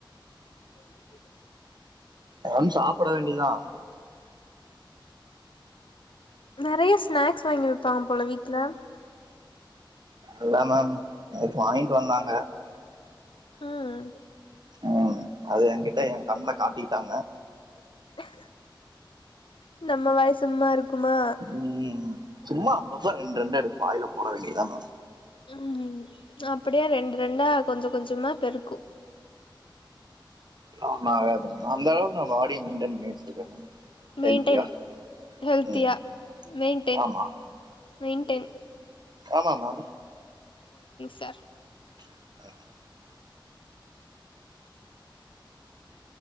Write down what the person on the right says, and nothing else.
வந் சாப்பிட வேண்டியதான்
இல்ல மேம் நேத்து வாங்கிட்டு வந்தாங்க
உம் அது என்கிட்ட ஏ கண்ல காட்டிட்டாங்க
ம் சும்மா அப்பப்ப ரெண்டு ரெண்டு எடுத்து வாய்ல போ வேண்டியதான
ஆமா அந்த அளவு நான் பாடி மெயின்டென் பண்ணி வச்சிருக்கே
ஹெல்த்தியா
ம்
ஆமா
ஆமா மா
<unintelligible>